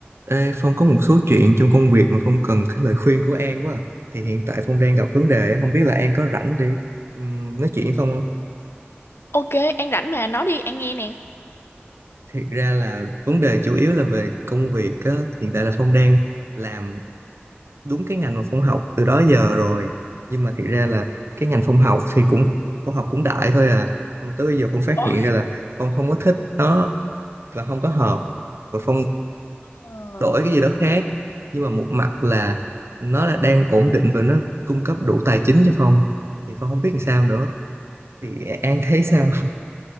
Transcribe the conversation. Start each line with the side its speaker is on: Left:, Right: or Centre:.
Right: Ê, Phong có một số chuyện trong công việc mà Phong cần cái lời khuyên của An quá à. Thì hiện tại Phong đang gặp vấn đề, á, không biết là An có rảnh để ừm, nói chuyện với Phong không?
Left: Ok, An rảnh mà, nói đi, An nghe nè.
Right: Thiệt ra là vấn đề chủ yếu là về công việc á. Hiện tại là Phong đang làm đúng cái ngành mà Phong học từ đó giờ rồi. Nhưng mà thiệt ra là cái ngành Phong học thì cũng Phong học cũng đại thôi à. Nhưng mà tới bây giờ Phong phát
Left: Ồ,
Right: hiện ra là Phong không có thích nó và không có hợp. Và Phong
Left: Ờ.
Right: đổi cái gì đó khác nhưng mà một mặt là nó là đang ổn định và nó cung cấp đủ tài chính cho Phong thì Phong không biết làm sao nữa thì An thấy sao